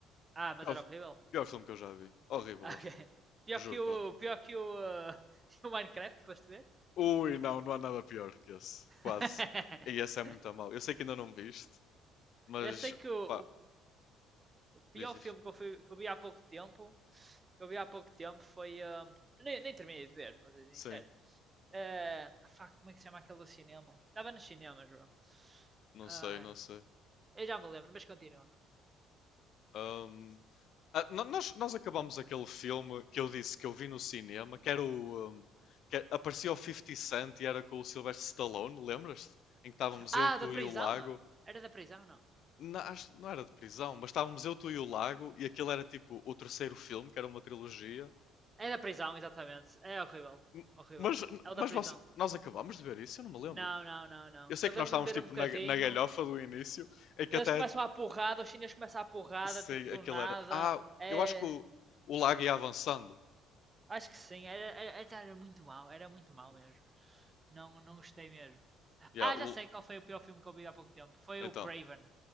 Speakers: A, on the right; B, on the left.
A: Ah, mas
B: Pior,
A: era horrível? <laughs>
B: pior filme que eu já vi. Horrível,
A: Ah,
B: horrível.
A: Ok. Pior
B: Juro-te.
A: que o...
B: horrível.
A: Pior que o... <laughs> uh, que o Minecraft, que foste ver?
B: Ui, não, não há nada pior que esse.
A: <laughs>
B: Quase. E esse é muito a mal. Eu sei que ainda não viste, mas
A: eu sei que o,
B: pá,
A: o- pior
B: diz diz.
A: filme que eu, fui- que eu vi há pouco tempo... Que eu vi há pouco tempo foi... um, nem, nem terminei de ver, vou ser sincero.
B: Sim,
A: Eh, fuck, como é que se chama aquele do cinema? Estava no cinema, João.
B: não
A: Ai,
B: sei, não sei.
A: eu já me lembro, mas continua.
B: Ahm, ah, no- nós, nós acabamos aquele filme que eu disse que eu vi no cinema, que era o. ahm, que é, aparecia o 50 Cent e era com o Sylvester Stallone, lembras-te? Em que estávamos
A: Ah,
B: eu, tu
A: da prisão?
B: e o Lago.
A: Era da prisão, não?
B: Não, acho- não era de prisão, mas estávamos eu, tu e o Lago, e aquilo era tipo o terceiro filme, que era uma trilogia.
A: É da prisão, exatamente. É horrível.
B: N-
A: Horrível.
B: Mas,
A: É o
B: mas
A: da prisão.
B: você- nós acabamos de ver isso? Eu não me lembro.
A: Não, não, não, não.
B: Eu sei
A: Eu
B: que
A: lembro-me
B: nós estávamos
A: de
B: tipo
A: ver um bocadinho.
B: na, na galhofa do início, em que
A: Eles
B: até
A: começam a porrada, os chineses começam a porrada,
B: sei
A: tipo do
B: aquele
A: nada.
B: era. Ah,
A: É.
B: eu acho que o, o Lago ia avançando.
A: Acho que sim, era, era, era muito mal, era muito mal mesmo. Não, não gostei mesmo.
B: Yeah,
A: Ah,
B: o-
A: já sei qual foi o pior filme que eu vi há pouco tempo. Foi
B: então.
A: o Craven.